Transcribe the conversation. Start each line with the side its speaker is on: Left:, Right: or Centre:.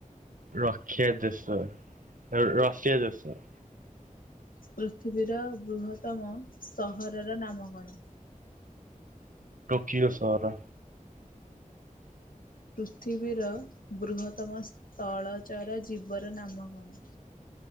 Right: ରକ୍ଷଆ ଜୋଶର। ରସିଆ ଦେଶ।
Left: ପୃଥିବୀର ବୃହତମ ସହରର ନାମ କଣ?
Right: ଟୋକିଓ ସହର।
Left: ପୃଥିବୀର ବୃହତ୍ତମ ସ୍ଥଳ ଚର ଜୀବର ନାମ କଣ?